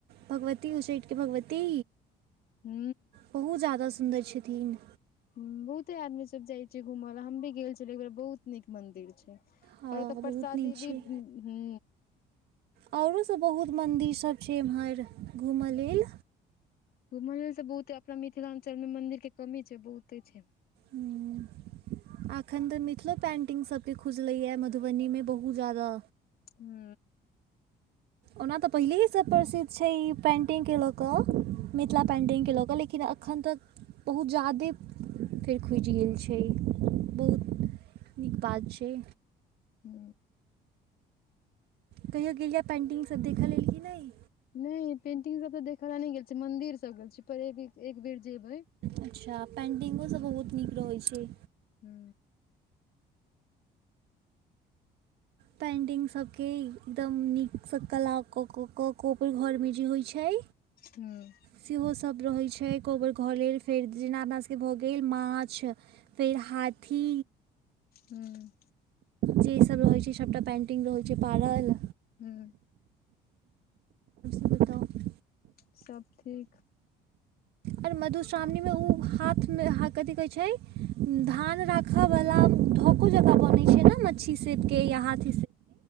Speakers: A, on the right; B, on the left.
A: भगवती उच्चैठके भगवती
B: हू
A: बहुत ज्यादा सुन्दर छथिन
B: बहुते आदमी सब जाय छै घूमय ला हम भी गेल छै एक बेर बहुत नीक मंदिर छै पर
A: हँ
B: ओ तऽ
A: बहुत
B: प्रसादी
A: नीक छै
B: भी हूं
A: आओरो सभ बहुत मन्दिर सब छै एम्हर घूमऽ लेल
B: घुमल से बहुते अपना मिथिलांचल मे मंदिर के कमी छै बहुते छै
A: ह अखन त मि मिथिलो पेन्टिंग सबके खुजलैए मधुबनीमे बहुत ज्यादा
B: हू
A: ओना तऽ पहिलेसँ प्रसिद्ध छै ई पेन्टिंगके लऽ कऽ मिथिला पेन्टिंगके लऽ कऽ लेकिन एखन तक बहुत ज्यादे फेर खुजि गेल छै बहुत नीक बात छै
B: हू
A: कहियो गेलियै या पेन्टिंगसभ देखय लेल कि नहि
B: नहि पेंटिंग सब ते देख ला नै गेल छी मंदिर सब गेल छी पर एक बेर जेबय
A: अच्छा पेन्टिंगोसभ बहुत नीक रहैत छै
B: हू
A: पेंटिंग सब के एकदम नीकसँ कला क कऽ कक ओकर घर मे जे होइ छै
B: हूँ
A: सेहो सभ रहैत छै कोबर घर लेल फेर जेना अपना सबके भऽ गेल माछ फेर हाथी
B: हूँ
A: जे ईसभ रहैत छै सभटा पेन्टिंग रहै छै पारल
B: हूँ
A: ओ त
B: सब ठीक
A: और मधुश्रावणीमे ओ हाथमे कथि कहैत छै धान राख वाला ढको जेका बनै छै न मच्छी सेट के या हाथ